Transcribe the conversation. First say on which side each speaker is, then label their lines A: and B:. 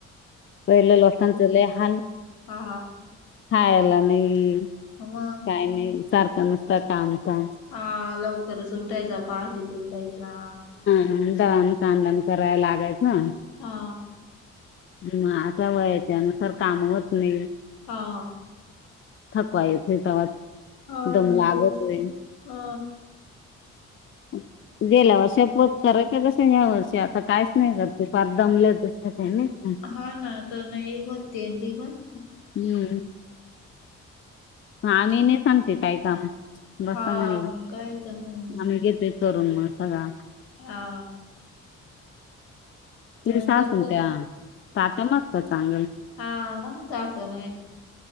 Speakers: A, on the left; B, on the left.
A: पहिलं लोकांचं लय हाल,
B: हा
A: खायला नाही
B: मग
A: काय नाही सारखं नुसत काम काम
B: हा लवकरच उटायचा पहाटीच उटायचा.
A: अन दळन कांडन कराय लागायचं.
B: हा.
A: म आता वयाच्यानुसार काम व्हतं नाही.
B: हा.
A: थकवा येथे तेवाच
B: हा
A: दम
B: ना
A: लागतय
B: तेच तर. अ.
A: <unintelligible> गेल्या वर्ष पोत कराय क कस या वर्षी आता काहीच नाही करत फार दमलं तस का नाही का?
B: हा ना तर नाही होते ती पण.
A: हम्म. ह आम्ही नाही सांगते काय काम, बस
B: हा
A: म्हणल
B: मग
A: आम्ही
B: काय तर हम्
A: घेतोय करून मग सगळा
B: हा.
A: दिवसा
B: म्हणत
A: असून
B: प
A: त्या ताटा मगता चांगल
B: हा मन ताक माहिती.